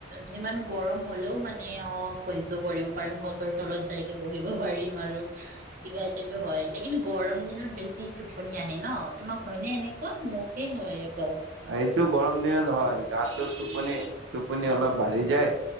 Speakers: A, on the right; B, on the right.
A: যিমান গৰম হ'লেও মানে ম অ সহ্য কৰিব পাৰিম গছৰ তলত। যাইকে বহিব পাৰিম আৰু কিবা এটাটো হয়। কিন্তু গৰম দিনত বেছি টোপনি আহে ন। তোমাক হয়নে এনে? ক মোকেই হয়। অকল
B: এইটো গৰম দিনত। নহয় গাটো টোপনি টোপনি অলপ বাঢ়ি যায়।